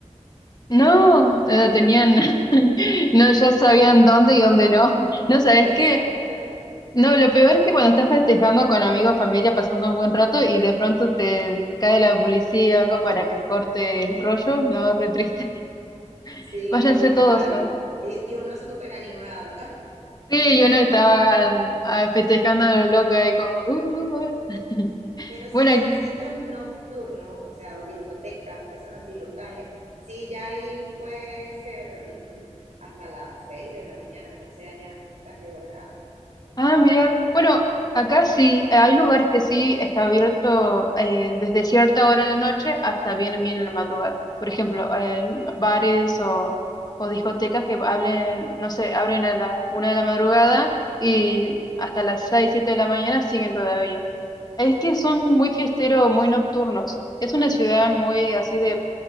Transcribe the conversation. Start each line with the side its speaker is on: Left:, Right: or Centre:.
Left: No, eh, tenían,
Right: No.
Left: <laughs>
Right: <laughs>
Left: no, ya sabían dónde y dónde no. No, ¿sabes
Right: Exacto.
Left: qué? No, lo peor es que cuando estás festejando con amigos, familia, pasando un buen rato y de pronto te cae la policía o algo para que corte el rollo, no, re triste. <laughs>
Right: Sí,
Left: Váyanse
Right: muy
Left: todos,
Right: mal.
Left: ¿sabes?
Right: Y, y uno súper animado. <laughs>
Left: Sí, yo no estaba ah, festejando a lo loco ahí como... "Uh, uh, uh".
Right: Pero si
Left: Bueno,
Right: son sitios nocturnos, o sea, o discotecas, cosas así locales, sí, ya ahí puede ser mm, hasta las 6 de la mañana, no sé allá hasta qué hora
Left: Ah, mira.
Right: este,
Left: Bueno, acá sí, eh, hay lugares que sí está abierto eh, desde cierta hora en la noche hasta bien bien en la madrugada. Por ejemplo, eh, bares o, o discotecas que hablen, no sé, abren a las una de la madrugada y hasta las seis, siete de la mañana siguen todavía. Es que son muy fiesteros, muy nocturnos. Es una ciudad muy así de,